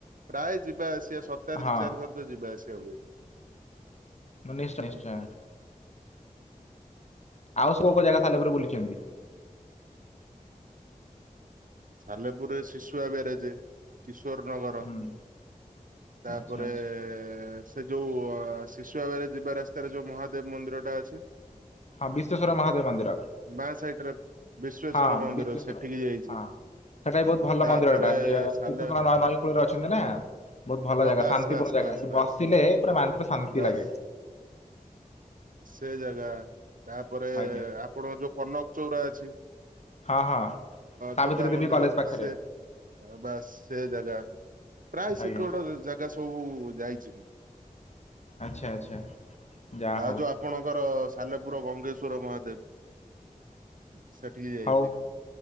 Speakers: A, on the right; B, on the left.
A: ପ୍ରାୟ ଯିବା ଆସିବା ସତର
B: ହଁ
A: ଦି ଚାରି ଥର ବେ ଯିବା ଆସିବା ହୁଏ।
B: ନ ନିଶ୍ଚୟ ନିଶ୍ଚୟ ଆଉ ସବୁ କଉ କଉ ଜାଗା ସାଲେପୁର ବୁଲିଛନ୍ତି।
A: ସାଲେପୁରରେ ଶିଶୁଆ ବେରଜେ କିଶୋର ନଗର
B: ହୁଁ
A: ତାପରେ
B: ଆଚ୍ଛା ଆଚ୍ଛା
A: ସେ ଯୋଉ ଶିଶୁଆ ଆବରେ ଯିବା ରାସ୍ତାରେ ଯୋଉ ମହାଦେବ ମନ୍ଦିରଟା ଅଛି।
B: ହଁ ବିଶ୍ୱେଶ୍ୱର ମହାଦେବ ମନ୍ଦିର।
A: ବାଁ ସାଇଟରେ ବିଶ୍ଵେଶ୍ଵର
B: ହଁ
A: ମନ୍ଦିର
B: ବିଶ୍ଵେଶ୍ଵର
A: ସେଠିକି ଯାଇଛି।
B: ହଁ ସେଟା ବି ବହୁତ ଭଲ
A: ତାପରେ
B: ମନ୍ଦିରଟା <unintelligible>
A: ସାଲେ
B: ନଈ କୂଳରେ ଅଛନ୍ତି ନା। ବହୁତ ଭଲ
A: ହଁ
B: ଜାଗା
A: ବାସ୍
B: ଶାନ୍ତିପୂର୍ଣ୍ଣ
A: ବାସ୍
B: ଜାଗା
A: ବାସ୍ ବାସ୍
B: ବସିଲେ ପୁରା ମାନ ପା ଶାନ୍ତି
A: ବାସ୍
B: ଲାଗେ।
A: ସେ ଜାଗା ତାପରେ
B: ଆଜ୍ଞା
A: ଆପଣଙ୍କ ଯୋଉ କନକ ଚଉରା ଅଛି।
B: ହଁ ହଁ। ସାବିତ୍ରୀ
A: ଦୁର୍ଗା
B: ଦେବୀ
A: ମନ୍ଦିର
B: କଲେଜ ପାଖରେ
A: ସେ ବାସ୍ ସେ ଜାଗା ପ୍ରାୟ
B: ଆଜ୍ଞା
A: ସେକଡ ଜାଗା ସବୁ ଯାଇଛି କି।
B: ଆଚ୍ଛା ଆଚ୍ଛା। ଯାହା
A: ଆଉ
B: ହଉ
A: ଯୋଉ ଆପଣଙ୍କର ସାଲେପୁର ଗଙ୍ଗେଶ୍ଵର ମହାଦେବ। ସେଠିକି ଯାଇଛି।
B: ହଉ